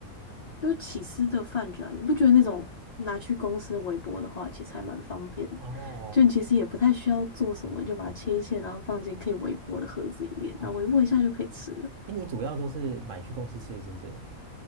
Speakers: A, on the left; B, on the right.
A: 就起司的饭卷啊你不觉得那种拿去公司微波的话，其实还蛮方便的？
B: 哦
A: 就你其实也不太需要做什么，你就把它切一切，然后放进可以微波的盒子里面，
B: 哦，
A: 然后微波一下就可以吃了。
B: 哎，你主要都是买去公司吃是不是？